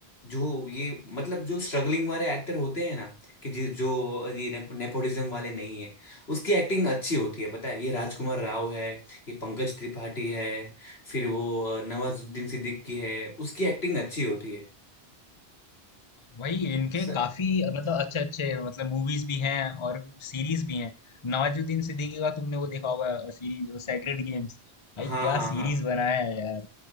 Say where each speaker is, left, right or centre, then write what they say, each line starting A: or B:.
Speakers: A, on the left; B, on the left.
A: जो ये मतलब जो स्ट्रगलिंग वाले एक्टर होते हैं ना कि जि- जो ये ने, नेपोटिज्म वाले नहीं है उसकी एक्टिंग अच्छी होती है पता है ये राजकुमार राव है ये पंकज त्रिपाठी है फिर वो अ, नवाजुद्दीन सिद्दीकी है उसकी एक्टिंग अच्छी होती है
B: वही इनके
A: स-
B: काफी मतलब अच्छे अच्छे मतलब मूवीज भी हैं और सीरीज भी हैं नवाजुद्दीन सिद्दीकी का तुमने वो देखा होगा सीरीज वो सेक्रेड गेम्स भाई
A: हाँ
B: क्या
A: हाँ
B: सीरीज
A: हाँ
B: बनाया है यार